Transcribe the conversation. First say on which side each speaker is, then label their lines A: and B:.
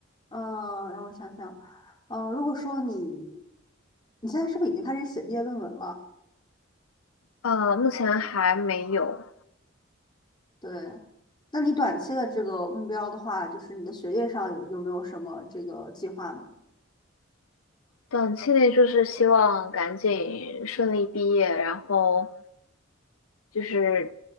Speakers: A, on the left (about 20°); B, on the left (about 85°).
A: 嗯，呃让我想想，呃，如果说你你现在是不是已经开始写毕业论文了？
B: 呃，目前还没有，
A: 对，那你短期的这个目标的话，就是你的学业上有有没有什么这个计划呢？
B: 短期内就是希望赶紧顺利毕业，然后就是